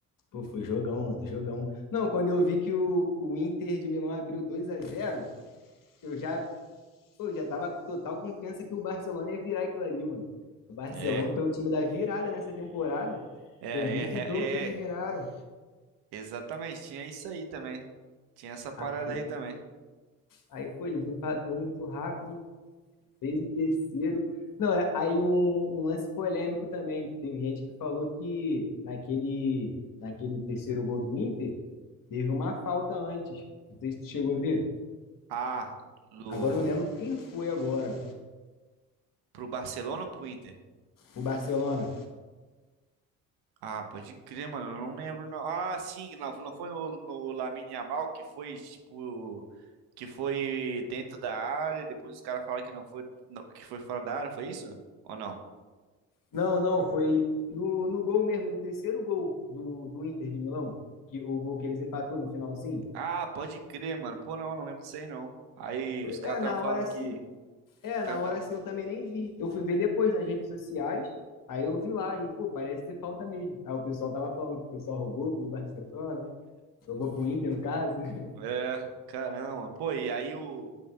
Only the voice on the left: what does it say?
Pô, foi jogão, mano, jogão. Não, quando eu vi que o, o Inter de Milão abriu dois a zero, eu já Pô, eu já tava com total confiança que o Barcelona ia virar aquilo ali, mano. O Barcelona
foi o time da virada nessa temporada.
Foi muito
jogo que eles
viraram.
Aí,
aí pô, eles empatou muito rápido, fez o terceiro. Não, é- aí um, um lance polêmico também. Teve gente que falou que naquele, naquele terceiro gol do Inter, teve uma falta antes. Não sei se tu chegou a ver.
Agora eu não lembro quem foi agora.
O Barcelona.
Não, não, foi no, no gol mesmo, no terceiro gol do, do Inter de Milão, que o gol que eles empatou no finalzinho.
É,
na
hora sim.
É,
na hora
sim eu também nem vi. Eu fui ver depois nas redes sociais, aí eu vi lá e, pô, parece ter falta mesmo. Aí o pessoal tava falando que o pessoal roubou pro Barcelona, roubou pro Inter, no caso. <laughs>